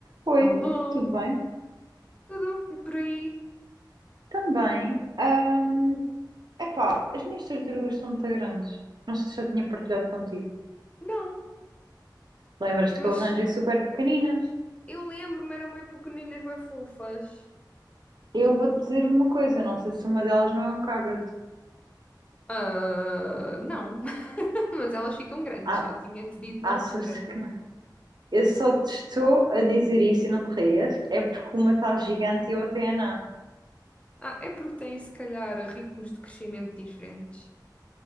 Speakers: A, on the right (about 65°); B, on the left (about 15°).
A: Oi,
B: Alô?
A: tudo bem?
B: Tudo? E por aí?
A: Também. ahm, epá, as minhas tartarugas são muito grandes. Não sei se eu tinha partilhado contigo.
B: Não,
A: Lembras-te
B: mas
A: que eu arranjei super pequeninas?
B: eu lembro-me, eram bem pequeninas, bem fofas.
A: Eu vou-te dizer uma coisa, não sei se uma delas não é um cágado.
B: Ah, não, <laughs> mas elas ficam grandes,
A: Ah,
B: eu tinha-te dito
A: achas
B: na altura.
A: que não? Eu só te estou a dizer isso e não te rias, é porque uma está gigante e a outra é não.
B: Ah, é porque têm se calhar ritmos de crescimento diferentes.